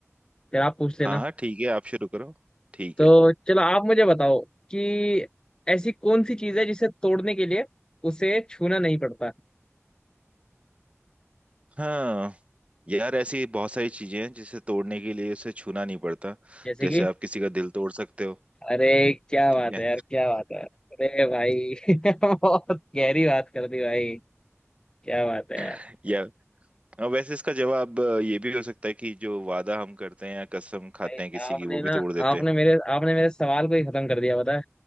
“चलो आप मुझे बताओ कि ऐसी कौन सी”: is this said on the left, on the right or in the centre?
Left